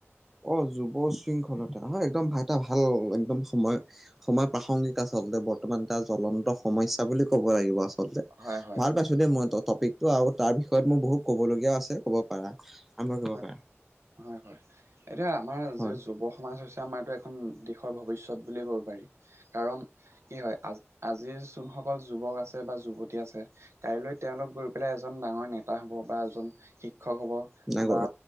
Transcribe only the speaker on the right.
হয়, হয়,
অ',
হয়।
হয় হয় এতিয়া আমাৰ
যে যুৱ সমাজ হৈছে আমাৰটো এখন দেশৰ ভৱিষ্যত বুলিয়ে ক'ব পাৰি কাৰণ কি হয় আ আজিৰ যোনসকল যুৱক আছে বা যুৱতী আছে কাইলৈ তেওঁলোক গৈ পেলাই এজন ডাঙৰ নেতা হ'ব বা এজন শিক্ষক হ'ব
বা